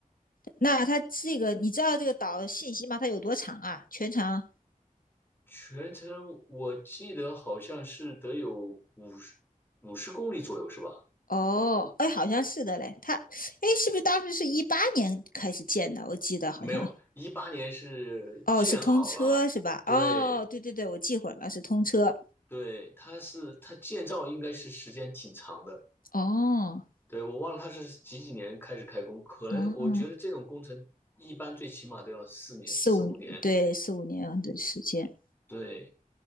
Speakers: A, on the left (about 80°); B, on the left (about 15°).
A: 那它这个你知道这个岛信息吗？它有多长啊？全长？
B: 全程我记得好像是得有五十五十公里左右，是吧？
A: 哦，哎，好像是的嘞。他，哎，是不是当时是一八年开始建的？我记得好像，
B: 没有，一八年是建好了，
A: 哦，是通车是吧？
B: 对
A: 哦，对对对，我记混了，是通车。
B: 对，它是它建造应该是时间挺长的，
A: 哦，
B: 对，我忘了它是几几年开始开工，可能我觉得这种工程一般最起码都要四年四五年，
A: 嗯，四五，对，四五年的时间。
B: 对，